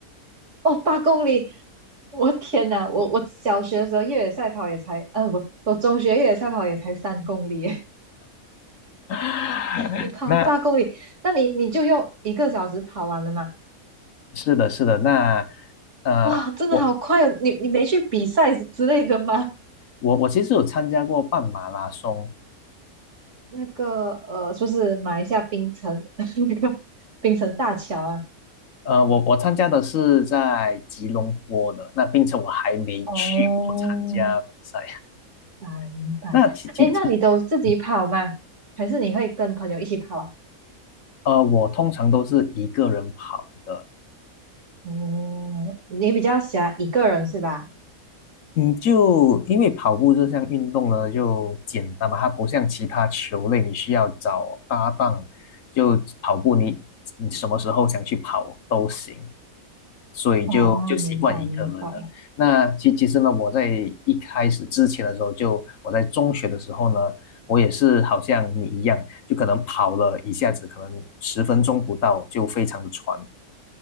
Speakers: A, on the right; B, on the left.
A: 哦，八公里，我天哪！我我小学的时候越野赛跑也才，呃不，我中学越野赛跑也才三公里。
B: <laughs>
A: 你跑八公里，
B: 那
A: 那你你就用一个小时跑完了吗？
B: 是的，是的，那呃，
A: 哇，真的好快哦！
B: 我
A: 你你没去比赛之类的吗？
B: 我我其实有参加过半马拉松，
A: 那个呃，就是马来西亚槟城 <laughs> 那个槟城大桥啊。
B: 呃，我我参加的是在吉隆坡的，那并且我还没去过参加比赛。
A: 哦，明白明白。
B: <laughs> 那其其其，
A: 哎，那你都自己跑吗？
B: 嗯
A: 还是你会跟朋友一起跑啊？
B: 呃，我通常都是一个人跑的，
A: 哦，你比较喜欢一个人是吧？
B: 嗯，就因为跑步这项运动呢，就简单嘛，它不像其他球类，你需要找搭档。就跑步你，你什么时候想去跑都行，所以就就习惯一个人了。
A: 哦，明白明白。
B: 那其其实呢，我在一开始之前的时候就，我在中学的时候呢，我也是好像你一样，就可能跑了一下子，可能十分钟不到就非常的喘。